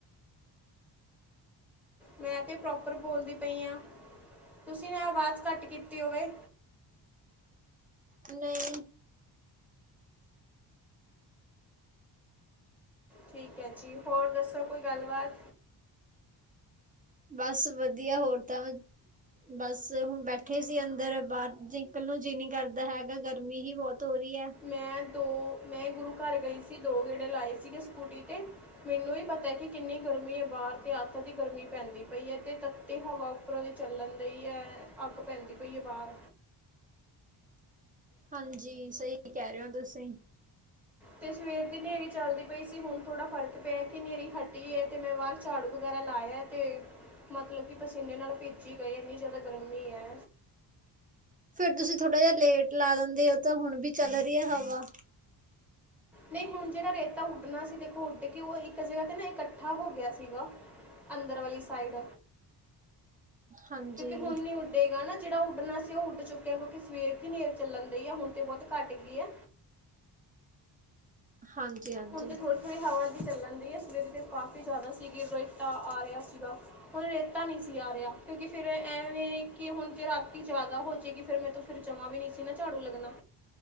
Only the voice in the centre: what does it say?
ਮੈਂ ਤੇ ਪ੍ਰੋਪਰ ਬੋਲਦੀ ਪਈ ਹਾਂ, ਤੁਸੀਂ ਨਾ ਆਵਾਜ਼ ਘੱਟ ਕੀਤੀ ਹੋਵੇ।
ਠੀਕ ਹੈ ਜੀ, ਹੋਰ ਦੱਸੋ ਕੋਈ ਗੱਲ ਬਾਾਤ।
ਮੈਂ ਦੋ ਮੈਂ ਗੁਰੂ ਘਰ ਗਈ ਸੀ, ਦੋ ਗੇੜੇ ਲਾਏ ਸੀਗੇ ਸਕੂਟਰੀ ਤੇ, ਮੈਨੂੰ ਹੀ ਪਤਾ ਕਿ ਕਿੰਨੀ ਗਰਮੀ ਹੈ ਬਾਹਰ, ਤੇ ਅਤ ਦੀ ਗਰਮੀ ਪੈਂਦੀ ਪਈ ਏ, ਤੇ ਤੱਤੀ ਹਵਾ ਉੱਪਰੋਂ ਦੇ ਚੱਲਣ ਡਹੀ ਏ, ਅੱਗ ਪੈਂਦੀ ਪਈ ਏ ਬਾਹਰ।
ਤੇ ਸਵੇਰ ਦੀ ਹਨੇਰੀ ਚੱਲਦੀ ਪਈ ਸੀ, ਹੁਣ ਥੋੜ੍ਹਾ ਫ਼ਰਕ ਪਿਆ ਕਿ ਹਨੇਰੀ ਹਟੀ ਹੈ ਤੇ ਮੈਂ ਬਾਹਰ ਝਾੜੂ ਵਗੈਰਾ ਲਾਇਆ, ਤੇ ਮਤਲਬ ਕਿ ਪਸੀਨੇ ਨਾਲ ਭਿੱਜ ਗਏ ਇੰਨੀ ਜ਼ਿਆਦਾ ਗਰਮੀ ਏ।
ਨਹੀਂ ਹੁਣ ਜਿਹੜਾ ਰੇਤਾ ਉੱਡਣਾ ਸੀ ਦੇਖੋ, ਉੱਡ ਕੇ ਉਹ ਇੱਕ ਜਗ੍ਹਾ ਤੇ ਨਾ ਇਕੱਠਾ ਹੋ ਗਿਆ ਸੀਗਾ, ਅੰਦਰ ਵਾਲੀ ਸਾਈਡ।
ਕਿਉਂਕਿ ਹੁਣ ਨੀ ਉੱਡੇਗਾ ਨਾ। ਜਿਹੜਾ ਉੱਡਣਾ ਸੀ, ਉਹ ਉੱਡ ਚੁੱਕਿਆ ਕਿਉਂਕਿ ਸਵੇਰ ਕੀ ਨੇਰ ਚੱਲਣ ਡਈ ਆ ਹੁਣ ਤੇ ਬਹੁਤ ਘੱਟ ਗਈ ਆ।
ਹੁਣ ਥੋੜੀ ਥੋੜ੍ਹੀ ਹਵਾ ਦੀ ਚੱਲਣ ਡਹੀ ਆ, ਸਵੇਰੇ ਤੇ ਕਾਫੀ ਜ਼ਿਆਦਾ ਸੀਗੀ ਰੋਤਾ ਆ ਰਿਹਾ ਸੀਗਾ, ਹੁਣ ਰੇਤਾ ਨਹੀਂ ਸੀ ਆ ਰਿਹਾ ਕਿਉਂਕਿ ਫਿਰ ਐਵੇਂ ਕਿ ਹੁਣ ਜੇ ਰਾਤੀ ਜ਼ਿਆਦਾ ਹੋ ਜਾਏਗੀ, ਫਿਰ ਮੈਰੇ ਤੋ ਫਿਰ ਜਮਾਂ ਵੀ ਨਹੀਂ ਸੀ ਨਾ ਝਾੜੂ ਲੱਗਣਾ।